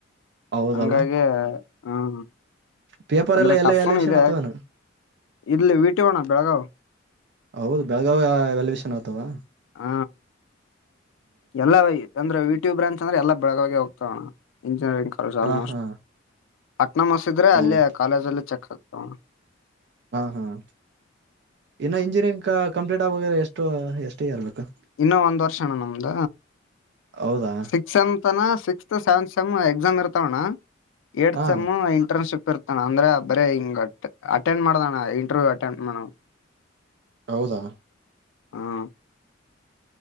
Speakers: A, on the right; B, on the left.
A: ಹೌದಲ್ಲ
B: ಹಂಗಾಗಿ ಹ್ಮ
A: ಪೇಪರ್
B: ಅಂದ್ರೆ
A: ಎಲ್ಲ ಎಲ್ಲ
B: ಟಫ್ನು
A: ವ್ಯಾಲ್ಯೇನ್
B: ಇದೆ
A: ಆತವ ನ
B: ಇಲ್ಲಿ ವಿಟುವಣ್ಣ ಬೆಳಗಾವ್
A: ಹೌದು ಬೆಳಗಾವಿ ವೆಲ್ವಿಷನ್ ಆಗ್ತವಾ
B: ಹ ಎಲ್ಲ ವ ಅಂದೆ ವಿ ಟು ಬ್ರಾಂಚ್ ಅಂದ್ರೆ ಎಲ್ಲ ಬೆಳಗವ್ ಗೆ ಹೋಗತಾವಣ ಇಂಜಿನಿಯರಿಂಗ್ ಕಾಲೇಜ್ ಆಲ್ಮೋಸ್ಟ್
A: ಹಾ ಹಾ
B: ಪಟ್ಣ ಮುಸಿದ್ರೆ
A: ಹೌದು
B: ಅಲ್ಲೇ ಕಾಲೇಜಲ್ಲ ಚೆಕ್ ಆಗ್ತಾವ
A: ಹಾಂ ಹಾಂ ಇನ್ನುೂ ಇಂಜಿನಿಯರಿಂಗ್ ಕ ಕಂಪ್ಲೀಟ್ ಆಗಾಗ್ರೆ ಎಷ್ಟು ಎಷ್ಟು ಇಯರ್ ರ್ಬೇಕು
B: ಇನ್ನೊ ಒಂದ್ ವರ್ಷಣ ನಮ್ದ
A: ಹೌದಾ
B: six sixth seventh sem exam ಇರ್ತವಣ್ಣ ಏತ್
A: ಹಾ
B: ಸೆಮ್ ಇಂಟರ್ನ್ಶಿಪ್ ಇರ್ತಾನ ಅಂದ್ರೆ ಬರೀ ಹಿಂಗ ಅಟೆಂಡ್ ಮಾಡಣ ಇಂಟರ್ವ್ಯೂ ಅಟೆಂಡ್ ಮಾಡ
A: ಹೌದಾ
B: ಹಾ